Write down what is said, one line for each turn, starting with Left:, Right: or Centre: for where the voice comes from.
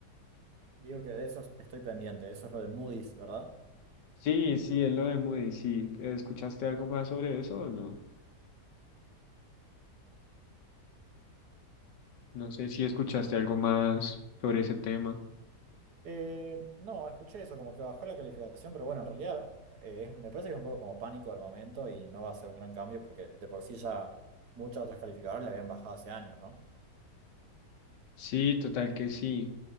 Right: Digo que de eso estoy pendiente, eso es lo de Moody's, ¿verdad?
Left: Sí, sí, es lo de Moody, sí. ¿Escuchaste algo más sobre eso o no? No sé si escuchaste algo más sobre ese tema.
Right: Eh, no, escuché eso, como que bajó la calificación, pero bueno, en realidad eh, es- me parece que es un poco como pánico al momento y no va a ser un gran cambio porque de por sí ya muchas otras calificadoras le habían bajado hace años, ¿no?
Left: Sí, total que sí.